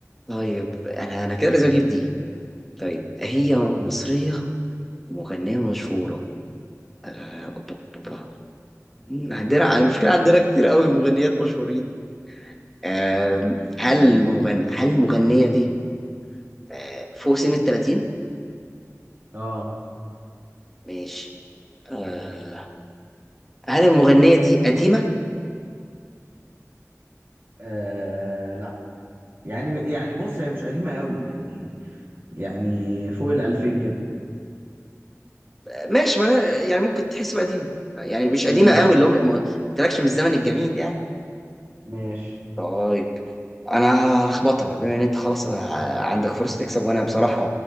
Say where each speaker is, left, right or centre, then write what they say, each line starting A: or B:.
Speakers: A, in the centre; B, on the right (about 45°).
A: طيب انا انا كده لازم اجيب دي طيب هي مصريه مغنيه مشهوره آه، أوبا، أوبا. عندنا المشكلة عندنا كتير قوي مغنيات مشهورين آم، هل مغن... هل المغنية دي آه، فوق سن ال 30
B: اه
A: ماشي آه، هل المغنية دي قديمة
B: آه، لا يعني يعني بص هي مش قديمة قوي يعني يعني فوق الألفين كده
A: آه، ماشي ما يعني ممكن تحسب قديمة يعني مش قديمة
B: ماشي
A: قوي اللي هو ما قلتلكش من الزمن الجميل يعني
B: ماشي
A: طيب انا هخبطها بما ان انت خلاص ع- عندك فرصة تكسب وانا بصراحة